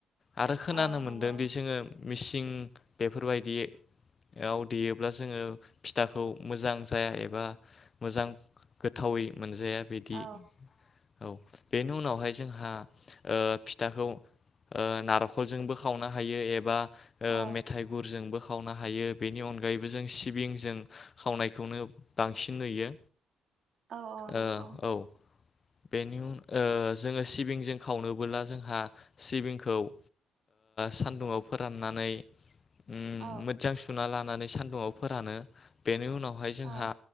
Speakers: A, on the left (about 40°); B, on the right (about 60°).
A: आरो खोनानो
B: औ
A: मोन्दों
B: नंगौ
A: बे जोङो मिसिं बेफोरबायदियाव देयोब्ला जोङो फिथाखौ मोजां जाया एबा मोजां गोथावै मोनजाया बिदि।
B: औ
A: औ बेनि उनावहाय जों हा ओ फिथाखौ ओ नार'खलजोंबो खावनो हायो एबा
B: औ
A: मेथाइ गुरजोंबो खाव वनो हायो बेनि अनगायैबो जों सिबिं जों खावनायखौनो बांसिन नुयो।
B: औ औ नंगौ।
A: ओ औ बेनि उन जोङो सि बिंजों खावनोबोला जोंहा सिबिंखौ ओ सान्दुंआव फोरान्नानै उम
B: औ
A: मोजां सुना ला नानै सान्दुुंआव फोरानो। बेनि उनाव वहाय जोंहा
B: औ